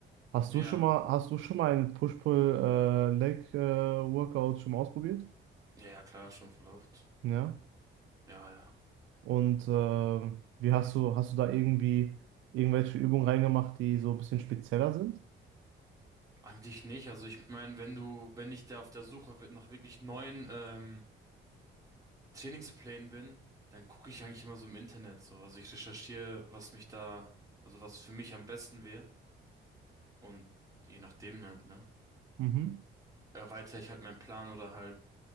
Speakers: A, on the right; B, on the right.
A: Hast
B: Ja.
A: du schon mal, hast du schon mal ein Push-Pull äh, Leg äh, Workout schon mal ausprobiert?
B: Ja, ja, klar, schon voll oft.
A: Ja.
B: Ja, ja.
A: Und ähm, wie hast du, hast du da irgendwie irgendwelche Übungen reingemacht, die so ein bisschen spezieller sind?
B: Eigentlich nicht. Also ich meine, wenn du, wenn ich da auf der Suche wi- nach wirklich neuen ähm, Trainingsplänen bin, dann gucke ich eigentlich immer so im Internet so. Also ich recherchiere, was mich da, also was für mich am besten wäre. Und je nachdem halt, ne?
A: Mhm.
B: Erweitere ich halt meinen Plan oder halt